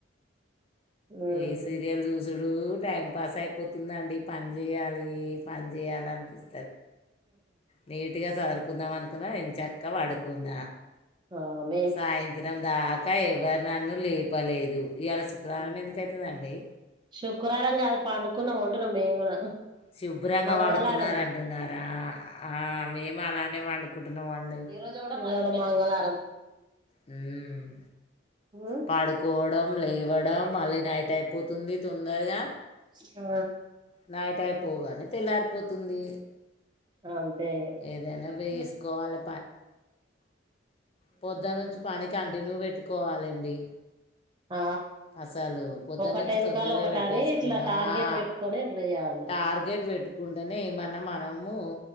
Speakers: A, on the right; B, on the left.
A: హుహు.
B: ఈ సిరియల్ చూసుడ్ రోజు టైం పాస్ అయిపోతుందండి పని చేయాలి పని చేయాలనిపిస్ నీటుగా సారుకుందాం అనుకున్నా ఎంచ్చక్క పండుకున్న
A: ఔన్
B: సాయంత్రం దాకా ఎవరు నన్ను లేపలేదు ఇయాల శుక్రావారం
A: హ్మ్.
B: ఎందుకైతదండి
A: శుక్రారం గాదు పండుకున్నాం అంటున్నా మేము గూడా.
B: శుభ్రంగా
A: మంగళారం.
B: వడుకున్న అంటున్నారా ఆ మేము అలానే వండుకుంటున్నాం అండి
A: ఇయాళ మంగళవారం
B: హుమ్
A: ఉమ్
B: పడుకోవడం లేవ డం మళ్ళీ నైటైపోతుంది తొందరగా
A: చ్ ఆ
B: నైటైపోగానే తెల్లారిపోతుంది
A: ఆంతే ఇగ
B: ఏదైనా వేసుకోవాలి పొద్ద నుంచి పని కంటిన్యూ పెట్టుకోవాలండి
A: ఆ
B: అసలు పోద్ద
A: ఒకటి
B: నుంచి
A: వెనకాల
B: తొందరగా
A: ఒకటి
B: పెట్టేస్కుంన్నా
A: అని ఇట్లా టార్గెట్
B: అ
A: పెట్టుకొని ఇట్లా చేయాలి
B: టార్గెట్ పెట్ కుంటేనే ఎమన్నా మనము